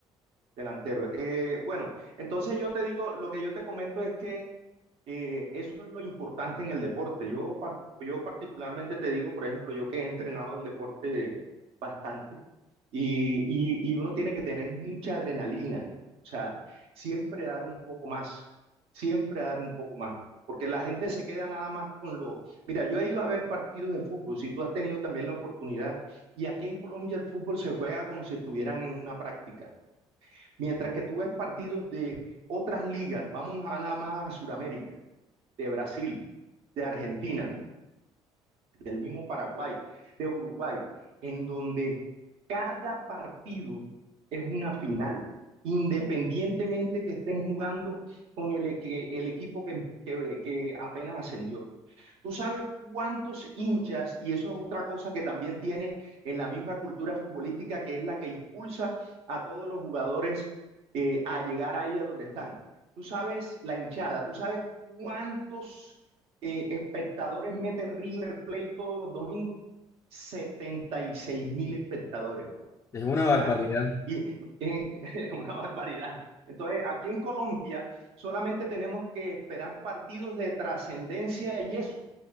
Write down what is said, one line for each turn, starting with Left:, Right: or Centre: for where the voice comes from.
Right: delantero. Eh, bueno, entonces yo te digo, lo que yo te comento es que Eh, eso es lo importante en el deporte. Yo, par- yo particularmente te digo, por ejemplo, yo que he entrenado el deporte bastante y, y, y uno tiene que tener mucha adrenalina, o sea, siempre dar un poco más, siempre dar un poco más, porque la gente se queda nada más con lo... Mira, yo he ido a ver partidos de fútbol, si tú has tenido también la oportunidad, y aquí en Colombia el fútbol se juega como si estuvieran en una práctica, mientras que tú ves partidos de otras ligas, vamos nada más a Sudamérica de Brasil, de Argentina, del mismo Paraguay, de Uruguay, en donde cada partido es una final, independientemente que estén jugando con el, que, el equipo que, que, que apenas ascendió. Tú sabes cuántos hinchas, y eso es otra cosa que también tiene en la misma cultura futbolística, que es la que impulsa a todos los jugadores eh, a llegar ahí a donde están. Tú sabes la hinchada, tú sabes cuántos eh, espectadores mete River Plate todos los domingos. 76 mil espectadores.
Left: Es una barbaridad.
Right: ¿ah? Y <laughs> es una barbaridad. Entonces, aquí en Colombia solamente tenemos que esperar partidos de trascendencia y eso